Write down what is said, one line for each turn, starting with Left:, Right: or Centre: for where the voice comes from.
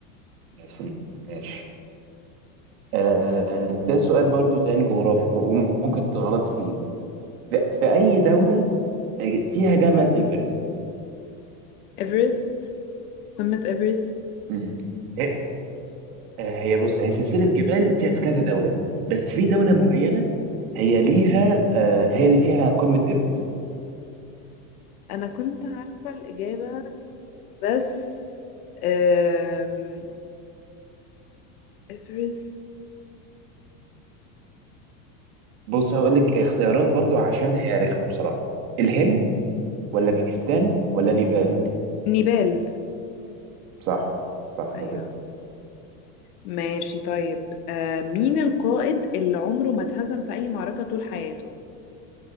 Right: ياسين ماشي آه ده سؤال برضو تاني جغرافي وممكن تغلط فيه في في أي دولة فيها جبل ايفرست
Left: ايفرست قمة ايفرست
Right: امم هي هي بص هي سلسلة جبال فيها في كذا دولة بس في دولة معينة هي ليها آه، هي اللي فيها قمة ايفرست
Left: انا كنت عارفة الإجابة بس أم... ايفرست
Right: بص هقول لك اختيارات برضو عشان هي رخمة بصراحة الهند ولا باكستان ولا نيبال
Left: نيبال
Right: صح صح نيبال
Left: ايوه ماشي طيب أم... مين القائد اللي عمره ما اتهزم في اي معركة طول حياته